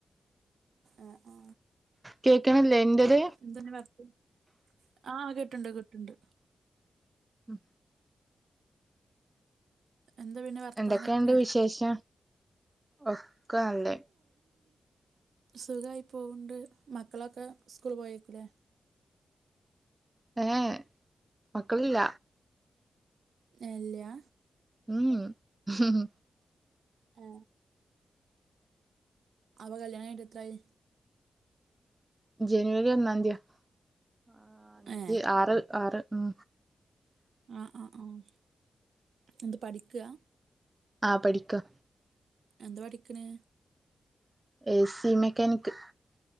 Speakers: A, on the right; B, on the right.
A: ആ ആ
B: കേക്കണല്ലേ ഇന്റത്
A: എന്താണ് വർത്ത ആ കിട്ടുണ്ട് കിട്ടുണ്ട്
B: ഉം
A: എന്താ പിന്നെ വർത്താനൊക്കെ
B: എന്തൊക്കെയുണ്ട് വിശേഷം ഒക്കെ നല്ലത്
A: സുഖമായി പോവൊണ്ട് മക്കളൊക്കെ സ്കൂള് പോയേയ്ക്കൂലേ
B: ഏഹ് മക്കളില്ല
A: ഏഹ് ഇല്ലാ
B: ഉം ഉം ഹ് ഹ് ഹും
A: ആ അപ്പം കല്ലിയാണം കഴിങ്ങിട്ട് എന്ത്രയായി
B: ജനുവരി ഒന്നാംതിയ ആ
A: ഏ
B: എ ആറ് ആറ് ഉം
A: ആഹ് ആഹ് ആഹ് എന്താ പഠിക്കാ
B: ആഹ് പഠിക്ക
A: എന്താ പഠിക്ക്ണെ
B: ഏ സി മെക്കാനിക്ക്